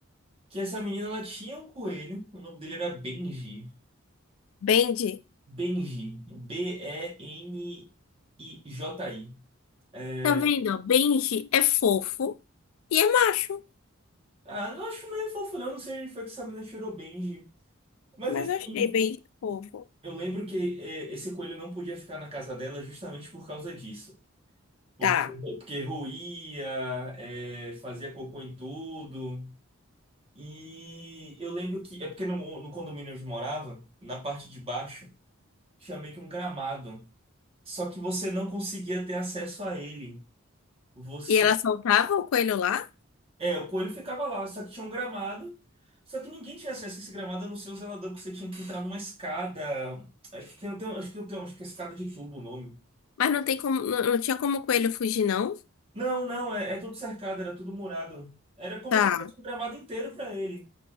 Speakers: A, on the right; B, on the left.
A: Que essa menina, ela tinha um coelho. O nome dele era Benji.
B: Benji.
A: Benji. B-E-N-I-J-I. É,
B: Tá vendo? ó? Benji é fofo e é macho.
A: Ah, não acho meio fofo, não. Não sei onde foi que essa menina tirou Benji. Mas
B: Mas
A: enfim,
B: eu achei Benji fofo.
A: eu lembro que é, esse coelho não podia ficar na casa dela justamente por causa disso. Porque,
B: Tá.
A: porque roía, é, fazia cocô em tudo. E eu lembro que, é porque no, no condomínio onde eu morava, na parte de baixo, tinha meio que um gramado. Só que você não conseguia ter acesso a ele. Você.
B: E ela soltava o coelho lá?
A: É, o coelho ficava lá, só que tinha um gramado. Só que ninguém tinha acesso a esse gramado, a não ser o zelador, porque você tinha que entrar numa escada. Acho que tem, tem- acho que eu tenho, acho que é escada de tubo o nome.
B: Mas não tem como, não, não tinha como o coelho fugir, não?
A: Não, não, é, é tudo cercado, era tudo murado. Era como
B: Tá,
A: se fosse um gramado inteiro pra ele.